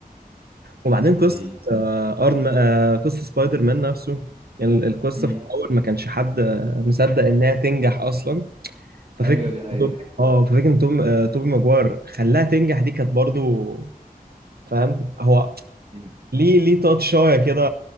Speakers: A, on the right (about 85°); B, on the right (about 40°).
A: وبعدين قصة
B: امم
A: آه، أرن آه، قصة سبايدر مان نفسه يعني القصة
B: امم
A: في الأول ما كانش حد آه، مصدق إنها تنجح أصلا ففكرة
B: ايوه دي حقيقة
A: اه ففكرة إن توم آه، توبي ماجواير خلاها تنجح دي كانت برضو فاهم هو
B: مم.
A: ليه ليه تاتشاية كده